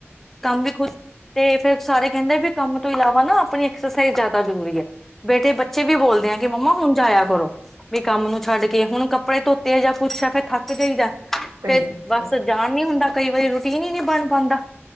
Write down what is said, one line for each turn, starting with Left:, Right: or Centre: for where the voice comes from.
Centre: ਕੰਮ ਵੀ ਖੁਸ਼ ਤੇ ਫੇਿਰ ਸਾਰੇ ਕਹਿੰਦੇ ਵੀ ਕੰਮ ਤੋਂ ਇਲਾਵਾ ਨਾ ਆਪਣੀ ਐਕਸਰਸਾਈਜ਼ ਜ਼ਿਆਦਾ ਜ਼ਰੂਰੀ ਹੈ ਬੇਟੇ ਬੱਚੇ ਵੀ ਬੋਲਦੇ ਆ ਕਿ ਮੰਮਾ ਹੁਣ ਜਾਇਆ ਕਰੋ ਵੀ ਕੰਮ ਨੂੰ ਛੱਡ ਕੇ ਹੁਣ ਕੱਪੜੇ ਧੋਤੇ ਆ ਜਾਂ ਕੁਛ ਆ ਫਿਰ ਥੱਕ ਜਾਈ ਜਾ ਫੇਰ
Right: ਸਹੀ ਗੱਲ
Centre: ਬਸ
Right: ਹੈ
Centre: ਜਾਣ ਨੀ ਹੁੰਦਾ ਕਈ ਵਾਰੀ ਰਟੀ ਪੀ ਨੀ ਨੀ ਬਣ ਪਾਉਂਦਾ